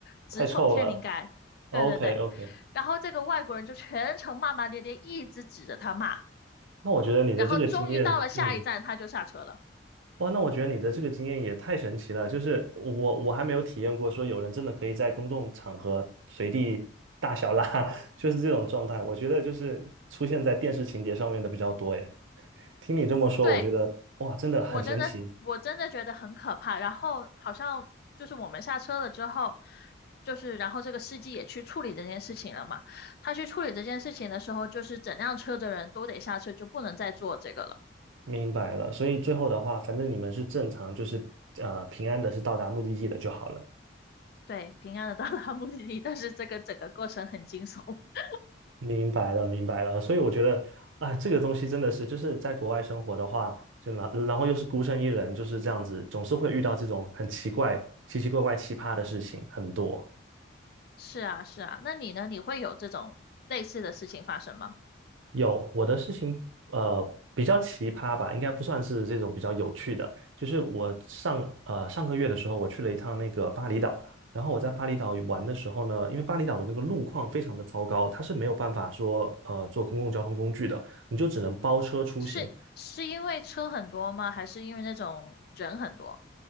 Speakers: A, on the left; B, on the right.
A: 直冲天灵盖。
B: 太臭了。OK
A: 对对对。
B: OK，
A: 然后这个外国人就全程骂骂咧咧，一直指着他骂，
B: 那我觉得你的这个经验，
A: 然后终于到了下一站，
B: 嗯，
A: 他就下车了。
B: 哇，那我觉得你的这个经验也太神奇了。就是我我还没有体验过，说有人真的可以在公众场合随地大小拉，<laughs> 就是这种状态。我觉得就是出现在电视情节上面的比较多耶。听你这么说，
A: 对，
B: 我觉得哇，真的很神奇。
A: 我真的，我真的觉得很可怕。然后好像就是我们下车了之后，就是然后这个司机也去处理这件事情了嘛。他去处理这件事情的时候，就是整辆车的人都得下车，就不能再坐这个了。
B: 明白了，所以最后的话，反正你们是正常，就是呃平安的，是到达目的地的就好了。
A: 对，平安的到达目的地，但是这个整个过程很惊悚。<laughs>
B: 明白了，明白了。所以我觉得，啊，这个东西真的是，就是在国外生活的话，就然然后又是孤身一人，就是这样子，总是会遇到这种很奇怪、奇奇怪怪、奇葩的事情很多。
A: 是啊，是啊，那你呢？你会有这种类似的事情发生吗？
B: 有我的事情，呃，比较奇葩吧，应该不算是这种比较有趣的。就是我上呃上个月的时候，我去了一趟那个巴厘岛，然后我在巴厘岛玩的时候呢，因为巴厘岛的那个路况非常的糟糕，它是没有办法说呃坐公共交通工具的，你就只能包车出行。
A: 是是因为车很多吗？还是因为那种人很多？